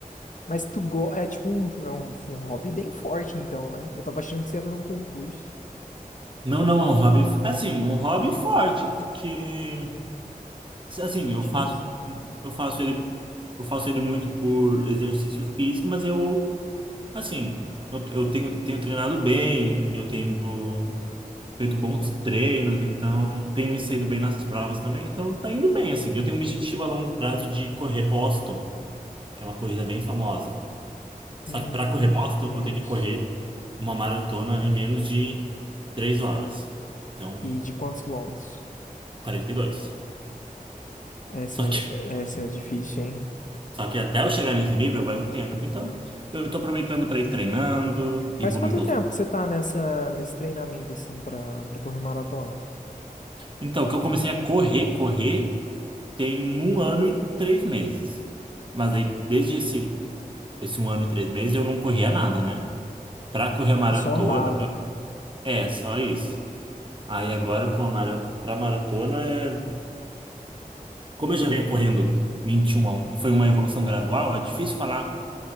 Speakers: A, on the left; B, on the right.
A: Mas tu go... é tipo um, é um, um hobby bem forte, então, né? Eu tava achando que você ia fazer um concurso.
B: Não, não, é um hobby, assim, um hobby forte, porque, assim,
A: Forte
B: eu faço,
A: isso.
B: eu faço ele, eu faço ele muito por exercício físico, mas eu, assim, eu, eu tenho, tenho treinado bem, eu tenho feito bons treinos, então, tenho me saído bem nas provas também, então tá indo bem, assim. Eu tenho um objetivo a longo prazo de correr Boston, que é uma corrida bem famosa. Só
A: Eu não
B: que para correr Boston,
A: conheço.
B: eu tenho que correr uma maratona em menos de 3 horas. Então,
A: E de quantos quilômetros?
B: quarenta e dois
A: Essa
B: Só
A: é,
B: que, <laughs>
A: essa é difícil, hein?
B: só que até eu chegar nesse nível vai um tempo. Então, eu estou aproveitando para ir treinando, evoluindo.
A: Faz quanto tempo
B: aos-
A: que você tá nessa, nesse treinamento, assim, pra, pra correr maratona?
B: Então, que eu comecei a correr, correr, tem um ano e três meses. Mas aí, desde esse, esse um ano e três meses, eu não corria nada, né? Para correr a maratona,
A: Você só andava.
B: é só isso. Aí agora com a mara... para maratona é como eu já venho correndo 21 a um, foi uma evolução gradual, é difícil falar